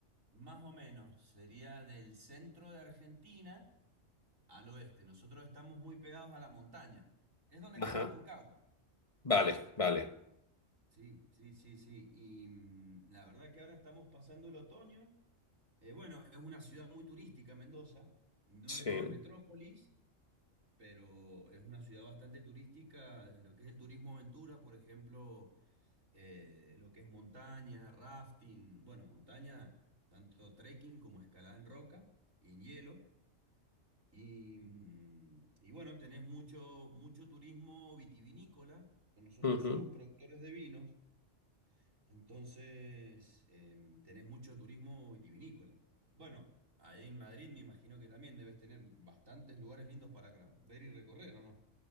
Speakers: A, on the right; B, on the left.
A: más o menos, sería del centro de Argentina al oeste. Nosotros estamos muy pegados a la montaña, es donde está
B: Ajá,
A: la Concagua.
B: vale, vale,
A: Sí, sí, sí, sí. Y mm, la verdad que ahora estamos pasando el otoño. Eh, bueno, es una ciudad muy turística, Mendoza. No
B: sí.
A: es una metrópolis, pero es una ciudad bastante turística, desde lo que es el turismo aventura, por ejemplo, eh, lo que es montaña, rafting, bueno, montaña, tanto trekking como escalada en roca y en hielo. Y, mm, y bueno, tenés mucho, mucho turismo vitivinícola. Nosotros
B: Ujú.
A: somos productores de vinos. Entonces, em, tenés mucho turismo vitivinícola. Bueno, ahí en Madrid me imagino que también debes tener bastantes lugares lindos para cra- ver y recorrer, ¿o no?